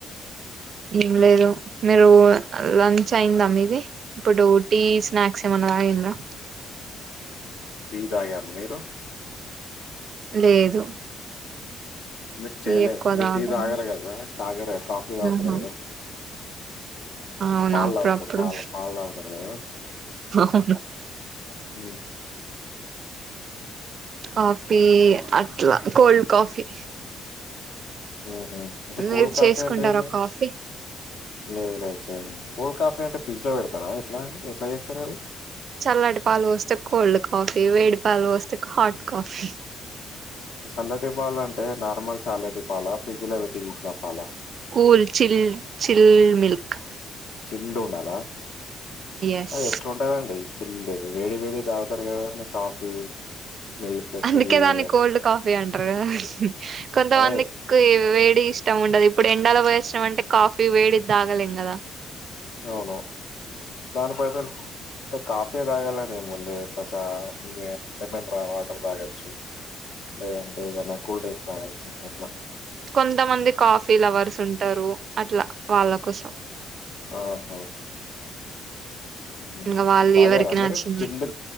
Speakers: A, on the right (about 55°); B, on the left (about 80°).
A: ఏం లేదు, మీరు లంచ్ అయిందా మీది ఇప్పుడు టీ స్నాక్స్ ఏమన్నా తగింర్రా.
B: టీ తాగాము మీరు.
A: లేదు.
B: మీరు
A: టీ
B: చేయలేదు
A: ఎక్కువ
B: మీరు
A: తాగం
B: టీ తాగరుకదా తాగరుగా కాఫీ తాగుతారు
A: ఆహా
B: కదా.
A: అవును
B: పాల్
A: అప్పుడప్పుడు
B: తాగుతారు పాల్ పాలు తాగుతారు కదా
A: ఉహు
B: ఉహు
A: కాఫీ అట్లా కోల్డ్ కాఫీ
B: ఉ హు అంటే కోల్డ్
A: మీరు
B: కాఫీ
A: చేసుకుంటారా
B: అంటే ఏంది
A: కాఫీ
B: లేదు లేదు సరేండి కోల్డ్ కాఫీ అంటే ఫ్రిజ్లో పెడతారా ఎట్లా ఎట్లా చేస్తారు అది
A: చల్లటి పాలు వోస్తే కోల్డ్ కాఫీ వేడి పాలు వోస్తే హాట్ కాఫీ
B: సల్లటి పాలు అంటే నార్మల్ చల్లటి పాలా ఫ్రిడ్జ్ లో పెట్టి తీసిన పాల
A: cool chill. Chill milk.
B: Chilled ఉండాలా.
A: ఎస్
B: అది ఎట్లా ఉంటదండి. చిల్డ్ వేడి వేడి తాగుతారు కదా అండీ కాఫీ. మిల్క్,
A: అందుకే
B: టీ ఏదైనా.
A: దాన్ని కోల్డ్ కాఫీ అంటారు గాద కొంతమందికి
B: అదే
A: వేడ్ డి ఇష్టం ఉండదు. ఇప్పుడు ఎండలో పోయివచ్చినం అంటే కాఫీ వేడిది తాగలేం గదా.
B: అవును దానిపైసలు కాఫీ. కాఫే తాగాలనే ఏముందే. ఇట్ల చా లెమన్ రా వాటర్ తాగఅచ్చు, లేదంటే ఏదైనా కూల్ డ్రింక్స్ తాగఅచ్చు. అట్లా
A: కొంతమంది కాఫీ లవర్స్ ఉంటారు అట్లా వాళ్ళ కోసం
B: ఓహో హు
A: ఇంకా వాళ్ళు
B: తాగారా
A: ఎవరికి
B: మీరు
A: నచ్చినట్టు
B: చిల్డ్